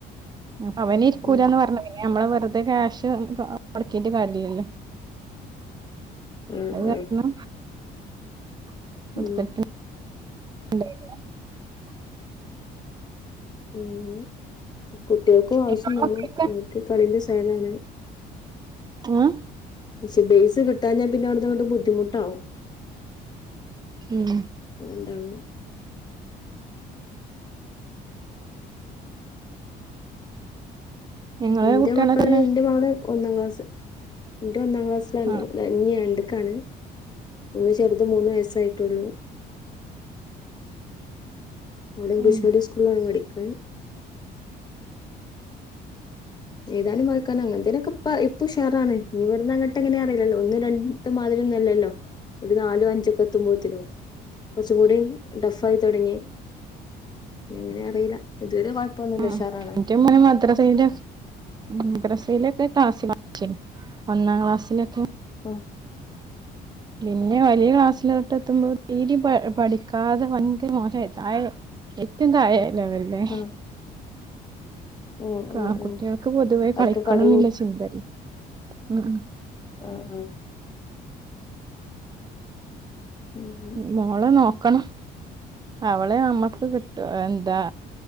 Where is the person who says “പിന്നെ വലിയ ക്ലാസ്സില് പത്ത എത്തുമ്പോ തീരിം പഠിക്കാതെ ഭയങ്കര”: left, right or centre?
Right